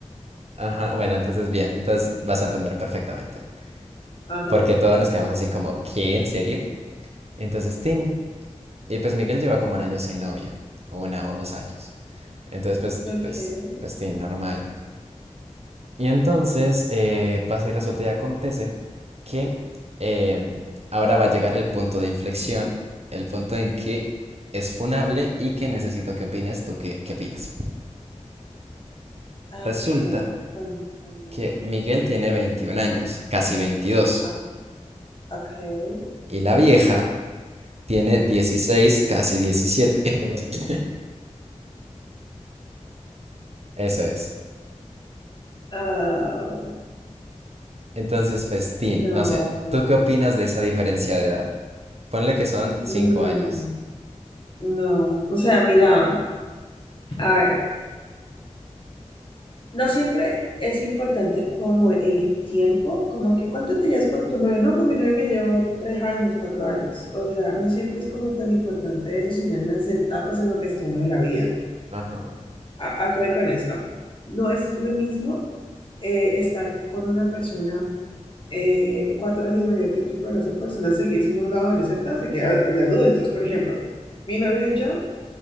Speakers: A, on the right (about 55°); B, on the left (about 40°).
A: Ajá, bueno, entonces bien, entonces vas a entender perfectamente.
B: Ajá.
A: Porque todos nos quedamos así como, ¿qué? ¿En serio? Entonces, Tin. Y pues Miguel lleva como un año sin novia, o una o dos años. Entonces, pues,
B: okay
A: pues, pues, Tin, normal. Y entonces eh, pasa y resulta y acontece que em, ahora va a llegar el punto de inflexión, el punto en que es funable y que necesito que opines tú, ¿qué, qué opinas?
B: ah,
A: Resulta
B: ok, cuéntame.
A: que Miguel tiene 21 años, casi veintidós
B: Ah, okay
A: y la vieja tiene dieciséis casi diecisiete <laughs> Eso es.
B: Ah,
A: Entonces, festín,
B: no,
A: no sé, ¿tú qué opinas de esa diferencia de edad? Ponle que son 5
B: no,
A: años.
B: no. O sea, mira, a ver, no siempre es importante como el tiempo, como que cuánto te llevas con tu novio. No, con mi novio me llevo tres años, cuatro años. O sea, no siempre es como tan importante eso, sino en las etapas en lo que está uno de la vida.
A: Ajá,
B: a, a qué voy con esto. No es lo mismo eh, estar con una persona eh, cuatro años mayor que tú, pero esa persona seguir siendo una adolescente o seguir a- y adultos. Por ejemplo, mi novio y yo,